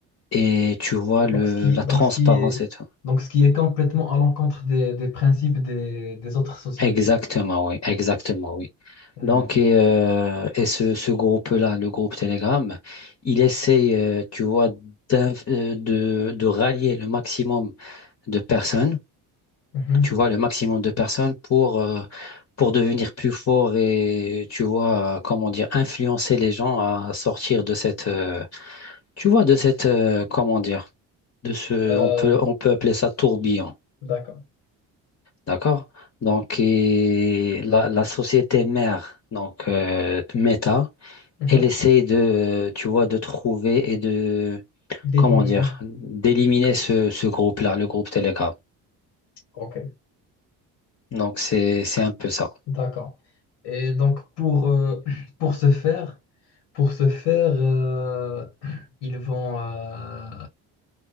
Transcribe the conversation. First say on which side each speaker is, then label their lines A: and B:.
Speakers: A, on the left (about 40°); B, on the left (about 80°).
A: et tu vois,
B: Donc
A: le,
B: ce qui,
A: la
B: donc
A: transparence
B: ce qui est,
A: et tout.
B: donc ce qui est complètement à l'encontre des, des principes des, des autres sociétés.
A: Exactement, oui, exactement, oui.
B: Mhm.
A: Donc, et, euh, et ce, ce groupe-là, le groupe Telegram, il essaye, euh, tu vois, d'inv- euh, de, de rallier le maximum de personnes,
B: Mhm.
A: tu vois, le maximum de personnes pour, euh, pour devenir plus fort et, tu vois, euh, comment dire, influencer les gens à sortir de cette, euh, tu vois, de cette, euh, comment dire, de ce,
B: Euh,
A: on peut, on peut appeler ça tourbillon.
B: d'accord.
A: D'accord? Donc, et la, la société mère, donc euh, Meta,
B: Mhm.
A: elle essaye de, tu vois, de trouver et de,
B: D'éliminer.
A: comment dire, d'éliminer ce, ce groupe-là, le groupe Telegram.
B: Ok,
A: Donc, c'est, c'est un peu ça.
B: d'accord. Et donc pour, euh, <clears throat> pour ce faire, pour ce faire, euh, <clears throat> ils vont, euh,